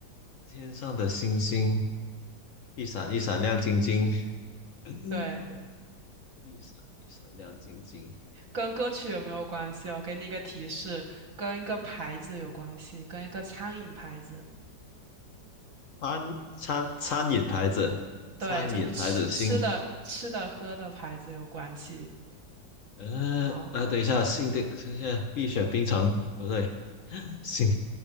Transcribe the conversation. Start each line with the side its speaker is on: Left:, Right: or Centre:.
Left: 天上的星星，一闪一闪亮晶晶，嗯，
Right: 对，
Left: 一闪一闪亮晶晶。
Right: 跟歌曲有没有关系哦？给你一个提示，跟一个牌子有关系，跟一个餐饮牌子。
Left: 餐餐餐饮牌子，
Right: 对，
Left: 餐饮牌子星，
Right: 就是吃吃的、吃的、喝的牌子有关系。
Left: 呃呃，
Right: 哦，
Left: 等一下，星的，等一下，碧雪冰城不对，<laughs> 星